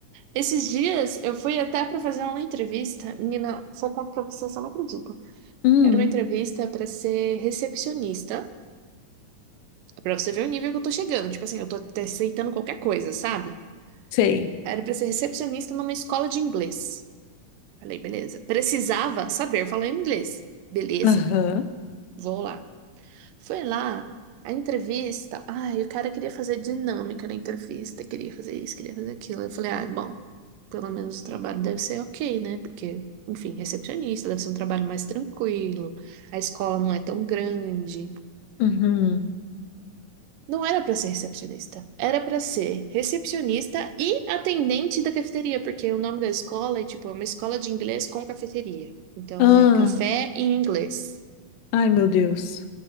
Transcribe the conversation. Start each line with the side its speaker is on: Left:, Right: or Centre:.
Right: Esses dias eu fui até pra fazer uma entrevista. Menina, se eu conto pra você, você não acredita.
Left: Hum,
Right: Era uma entrevista pra ser recepcionista, Pra você ver o nível que eu tô chegando. Tipo assim, eu tô até aceitando qualquer coisa, sabe?
Left: sei.
Right: Era pra ser recepcionista numa escola de inglês. Falei, beleza. Precisava saber falar inglês. Beleza,
Left: Aham.
Right: vou lá. Foi lá, a entrevista. Ai, o cara queria fazer dinâmica na entrevista, queria fazer isso, queria fazer aquilo. Eu falei, ah, bom, pelo menos o trabalho deve ser ok, né? Porque, enfim, recepcionista deve ser um trabalho mais tranquilo, a escola não é tão grande.
Left: Uhum.
Right: Não era para ser recepcionista, era para ser recepcionista e atendente da cafeteria, porque o nome da escola é tipo é uma escola de inglês com cafeteria. Então
Left: Ah,
Right: é café em inglês.
Left: ai, meu Deus.